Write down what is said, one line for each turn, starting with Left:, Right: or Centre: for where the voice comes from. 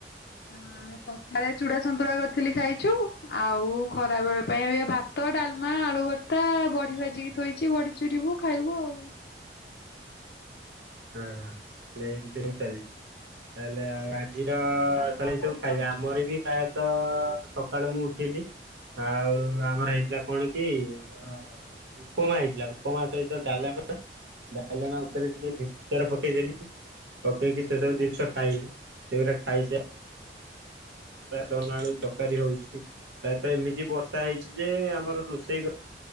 Left: ହ ସକାଳେ ଚୁଡା ସନ୍ତୁଳା କରିଥିଲି ଖାଇଛୁ ଆଉ ଖରା ବେଳ ପାଇଁ ଏ ଭାତ ଡାଲ ମା ଆଳୁ ଭର୍ତ୍ତା ବଡି ଭାଜିକି ଥୋଇଛି ବଡି ଚୁରିବୁ ଖାଇବୁ ଆଉ।
Right: ହଁ ହଁ ତା ହେଲେ ଏମିତି ଚାଲିିଛି ତାହେଲେ ଆଉ ଜିର
Left: ହଁ ତମେ
Right: ତା
Left: କଣ
Right: ହେଲେ ଏ
Left: ଖାଇଛ?
Right: ସବୁ ଖାଇବେ ଆମର ବି ପ୍ରାୟତଃ ସକାଳୁ ମୁଁ ଉଠିଲି ଆଉ ଆମର ହେଇଥିଲା କଣ କି ଆମର ଉପମା ହେଇଥିଲା ଉପମା ସହିତ ଡାଲମା ଡାଲମା ଉପରେ ଟିକେ ଭି ମିଚର ପକେଇଦେଲି ପକେଇକି ସେ ସବୁ ଜିନିଷ ଖାଇଲି ସେଗୁରା ଖାଇ ସା ତ ପ୍ରାୟତଃ ନାଳୁ ତରକାରୀ ହଉଛି। ପ୍ରାୟତ ଏମିତି ବର୍ଷା ହେଇଛି ଯେ ଆମର ରୋଷେଇ ଘରେ